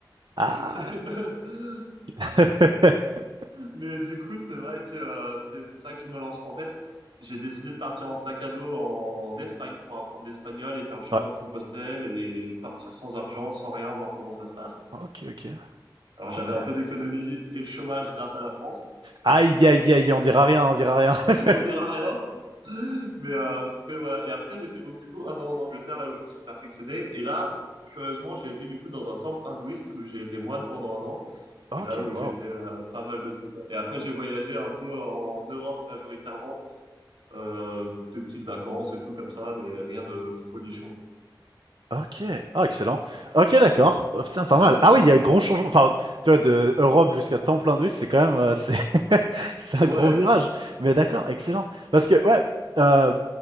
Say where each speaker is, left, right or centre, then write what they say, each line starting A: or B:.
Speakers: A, on the right; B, on the right.
A: Ah.
B: Petit. <laughs>
A: <laughs>
B: Mais du coup c'est vrai que euh, c'est c'est ça que je me lance. En fait j'ai décidé de partir en sac à dos en Espagne pour apprendre l'espagnol et faire le chemin
A: Ouais.
B: de Compostelle et partir sans argent, sans rien, voir comment ça se passe.
A: Ok, ok.
B: Alors
A: Ah
B: j'avais
A: ouais.
B: un peu d'économie et le chômage grâce à la France.
A: Aïe, aïe, aïe, on dira rien, on dira rien.
B: <laughs>
A: <laughs>
B: On dira rien. Mais, euh, mais voilà. Et après, j'ai fait donc du coup un an en Angleterre, là où je me suis perfectionné. Et là, curieusement, j'ai été du coup dans un temple hindouiste où j'ai été moine pendant un an.
A: Ok,
B: Et là où
A: wow.
B: j'ai fait euh, pas mal de trucs. ouais. Et après, j'ai voyagé un peu en Europe majoritairement, euh, des petites vacances et tout comme ça, mais rien de folichon.
A: Ok, ah excellent. Ok, d'accord. Oh, putain, pas
B: <laughs>
A: mal. Ah oui, il y a un gros changement. Enfin, tu vois, de Europe jusqu'à temps plein d'eux, c'est quand même, euh, c'est, <laughs> c'est
B: Ouais,
A: un gros virage. Mais d'accord, excellent. Parce que ouais, euh,